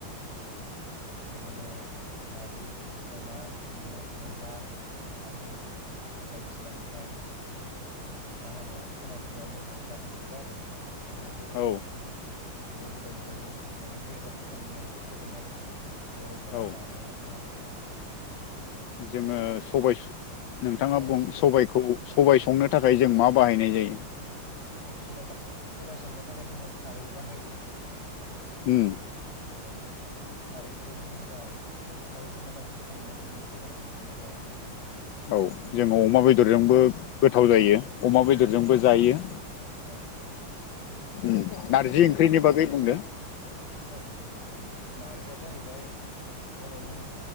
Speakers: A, on the left; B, on the left.
A: <inaudible> बिदिनो नारजि अमा बिदिनो अनला खारै बायदिसिना ओमफ्राय बे मा होनो खोमा बिबारनि अनला बेफोरखौ आरो माने बरफोरा
B: औ
A: माने गोदो गोदायनिफ्रायनो बेफोरखौ माने प्रिजार्भ खालामनानै दोनबोदों आरो बरफोरा
B: औ
A: जानाय मुवाफोरखौ <inaudible>
B: जोंङो
A: जेरै
B: सबाइ नोंथाङा
A: औ
B: बुं सबाइखौ सबाय संनो थाखाय जों मा बाहायनाय जायो
A: औ सबाय था सबाइ संनो थाखाय जोंङो खारै बाहायो।
B: ओम
A: औ खारैखौनो जेनबा खारैजोंनो बांसिन संनायखौ नुयो सबाइखौ जेनबा
B: औ जोंङो अमा बेदरजोंबो गोथाव जायो अमा बेदरजोंबो जायो
A: औ औ
B: <inaudible> नारजि
A: नंगौ
B: ओंख्रिनि बागै बुंदो
A: औ नारजिया जाहैबाय बर'नि